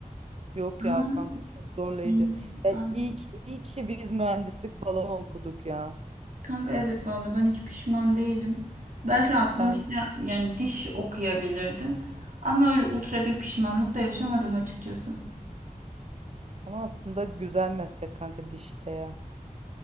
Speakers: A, on the right (about 45°); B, on the right (about 65°).
A: Yok
B: Ama
A: ya kanka çok zorlayıcı.
B: hı,
A: Ya
B: aynen.
A: iyi ki, iyi ki biz mühendislik falan okuduk ya.
B: Kanka evet valla ben hiç pişman değilim. Belki aklım
A: Ben
B: işte yani diş okuyabilirdim. Ama öyle ultra bir pişmanlık da yaşamadım açıkçası.
A: ama aslında güzel meslek kanka dişte ya.